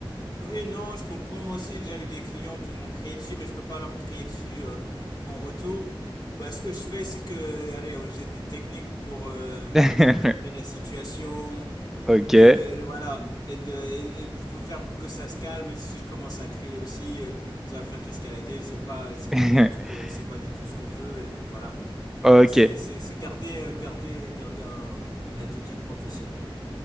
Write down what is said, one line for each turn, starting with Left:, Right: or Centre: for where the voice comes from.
Left: Oui, non, je comprends. Moi aussi, j'ai déjà eu des clients qui m'ont crié dessus, mais je peux pas leur crier dessus euh, en retour. Bah, ce que je fais, c'est que, allez, euh, j'ai des techniques pour, euh,
Centre: <laughs>
Left: on va dire, calmer la situation
Centre: Ok.
Left: et le, le- voilà, et de, et, et pour faire pour que ça se calme. Si je commence à crier aussi, euh, ça va faire qu'escalader. C'est pas, c'est
Centre: <laughs>
Left: pas du tout, euh, c'est pas du tout ce qu'on veut. Et donc voilà.
Centre: Ok.
Left: Et donc c'est, c'est, c'est garder, euh, garder, garder un- une attitude professionnelle.